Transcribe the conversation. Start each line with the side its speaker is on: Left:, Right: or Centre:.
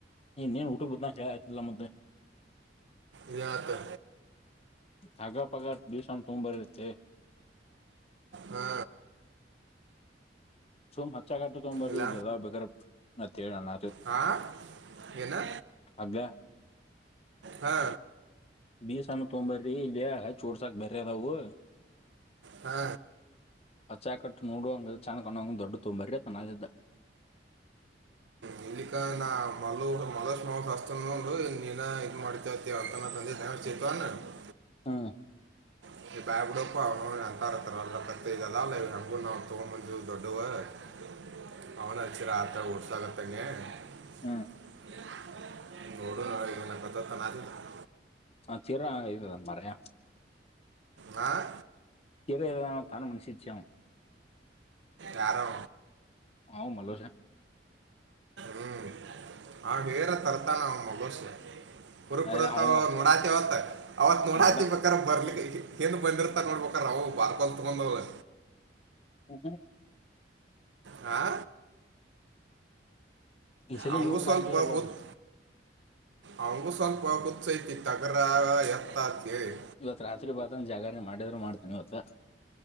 Left: ಇನ್ನೇನ್ ಊಟ <unintelligible> ಆಯ್ತಲ್ಲ ಮತ್ತೆ
Right: ಏನ್ ಆಯ್ತು.
Left: <unintelligible>
Right: ಹಾ
Left: ಸುಮ್ ಹಚ್ಚ ಕಟ್ಟ ತಗೊ್ಬರ
Right: ಇಲ್ಲ
Left: ಇಲ್ಲದ ಬೇಗ ಮತ್ತೇಳ ಹೇಳಣ
Right: ಹಾ ಏನಾ
Left: ಹಗ್ಗ
Right: ಹಾ.
Left: ಬೀಸಣ್ಣ ತಗೊಂಬರ್ರಿ ಇಲ್ಲಲೇ ಹಚ್ಚಿ ಉರಸಕ್ಕ ಬೆರೆವು ಆದವು.
Right: ಹಾ.
Left: <unintelligible> <unintelligible>
Right: <unintelligible> <unintelligible>
Left: ಹ್ಮ್
Right: <unintelligible> ಅವೇ ಅಚ್ಚಿದ್ರೆ ಆಯ್ತು ಉರ್ಸೋಕತಾಡ್ದೆ <unintelligible>
Left: ಹ್ಮ್
Right: <unintelligible>
Left: ಹಚ್ಚಿದ್ರೆ ಇದು ಮಾರಾಯ.
Right: ಹಾಂ
Left: <unintelligible>
Right: ಯಾರು
Left: ಅವ ಮಲೇಶ.
Right: ಹ್ಮ್ ಅವ ಹೆರತರ್ತಾನ ಅವ <unintelligible> ಪುರ್
Left: ಅಯ
Right: ಪುರ
Left: ಅವ
Right: ನೋಡಾತಿವತ್ ಅವತ್ ನೋಡಾತಿ.
Left: ನೋಡ
Right: ಬರ್ಲಿಕ್ಕೆ ಏನ್ ಬಂದಿರ್ತಾ ನೋಡ್ಬೇಕ ಅವವು ಬಾರ್ ಕಲ್ ತಗೊಂಡಂದ.
Left: ಹ್ಮ್
Right: ಹಾ.
Left: ಈ ಸಲ
Right: ಅವನಿಗೂ
Left: ಇವ್ರ
Right: ಸ್ವಲ್ಪ
Left: ನಂಗೆ ಅಲ್ಲ
Right: ಗೊತ್ತು.
Left: ಅವ್ರ
Right: ಅವಂಗುಸನ್ಪ ಕುುಚೈತಿ ತಗರಾಗ ಏತ ಅಂತ ಹೇಳಿ.
Left: ಇವತ್ ರಾತ್ರಿ ಬರ್ತಾನೆ ಜಾಗರಣೆ ಮಾಡಿದ್ರು ಮಾಡ್ತೇ ಇವತ್ತು.